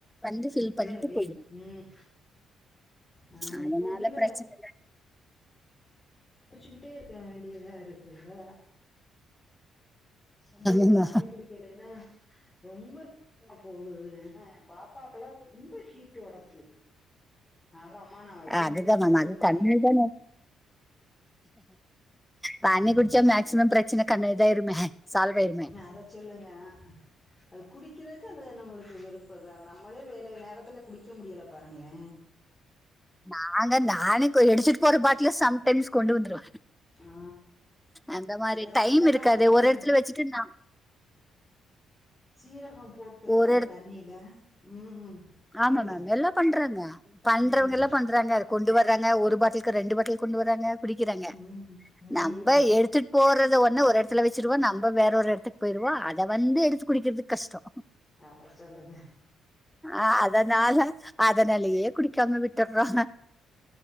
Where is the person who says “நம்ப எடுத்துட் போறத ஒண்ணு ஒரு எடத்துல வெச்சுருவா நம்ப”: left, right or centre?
Centre